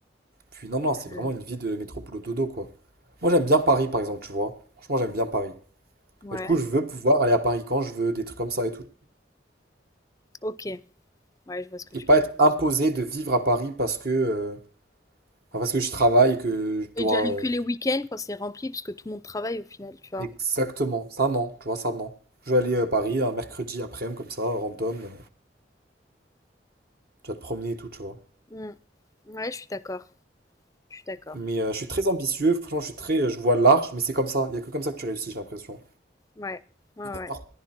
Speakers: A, on the right; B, on the left.
A: Puis non,
B: Donc,
A: non, c'est vraiment
B: euh,
A: une vie de métropole dodo, quoi. Moi, j'aime bien Paris, par exemple, tu vois. Franchement, j'aime bien Paris.
B: ouais.
A: Mais du coup, je veux pouvoir aller à Paris quand je veux, des trucs comme ça et tout.
B: OK, ouais, je vois ce que
A: Et
B: tu
A: pas
B: veux
A: être
B: dire.
A: imposé de vivre à Paris parce que, euh, enfin, parce que je travaille et que je dois...
B: Et déjà aller
A: euh,
B: que les week-ends quand c'est rempli, parce que tout le monde travaille au final, tu vois?
A: Exactement, ça non, tu vois, ça non. Je vais aller à Paris un mercredi après-midi, comme ça, random, euh, tu vas te promener et tout, tu vois.
B: Mmh. Ouais, je suis d'accord, je suis d'accord.
A: Mais euh, je suis très ambitieux, franchement, je suis très, je vois large, mais c'est comme ça. Il n'y a que comme ça que tu réussis, j'ai l'impression.
B: Ouais, ouais, ouais.
A: croire.